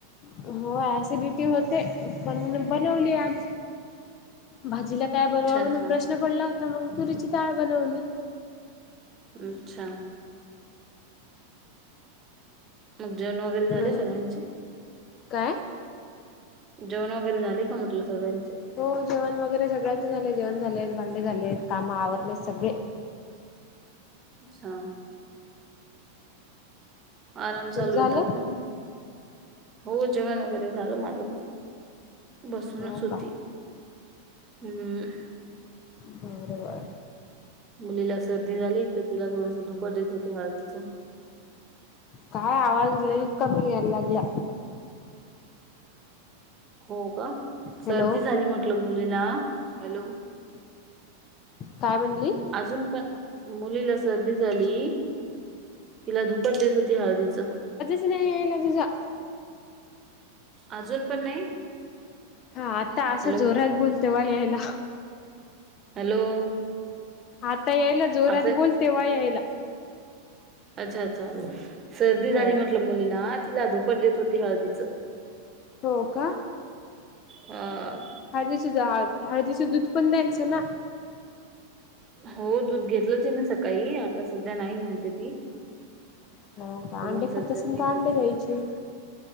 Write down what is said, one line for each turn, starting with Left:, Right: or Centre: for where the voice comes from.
Left: हो ऍसिडिटी होते पण बनवली आज भाजीला. काय बरवा
Right: अच्छा
Left: म्हणून
Right: अच्छा
Left: प्रश्न पडला होता मग तुरीची डाळ बनवली.
Right: अच्छा. मग जेवण वगैरे झाले
Left: म्हणून.
Right: सगळ्यांचे.
Left: काय?
Right: जेवण वगैरे झाले का म्हटलं सगळ्यांचे.
Left: हो जेवण वगैरे सगळ्यांचे झाले जेवण झालेत भांडे झालेत कामा आवरलेत सगळे.
Right: अच्छा. आराम चालू
Left: तुझे झाले
Right: होता का मग हो जेवण वगैरे झालं माझं पण. बसूनच
Left: हो
Right: होती
Left: का
Right: हम्म.
Left: बरोबर.
Right: मुलीला सर्दी झाली तर तिला थोडस धुपट देत होते हळदीच.
Left: काय आवाज लई कमी यायला लागला.
Right: हो का
Left: हॅलो
Right: सर्दी झाली म्हटलं मुलीला हॅलो.
Left: काय म्हणली?
Right: अजून पण मुलीला सर्दी झाली. तिला धुपट देत होती हळदीच.
Left: स नाहीला तुझा.
Right: अजून पण नाही.
Left: हा आता असं
Right: हॅलो
Left: जोरात बोलते वा यायला.
Right: हॅलो.
Left: आता यायला जोरात
Right: आता
Left: बोल तेव्हा यायला.
Right: अच्छा अच्छा सर्दी
Left: हो
Right: झाली म्हटल मुलीला तिला ुपट देत होती हळदीच.
Left: हो का?
Right: हा.
Left: हळजदीचे हळदीेच दूध पण द्यायचं ना.
Right: हो दूध घेतलं ती ना सकाळी आता सध्या नाही म्हणते ती.
Left: हो का
Right: तर
Left: अंडी
Right: मग सध्या
Left: खात असाल
Right: नाही
Left: तर, अंडी
Right: दिलं.
Left: घ्यायचे.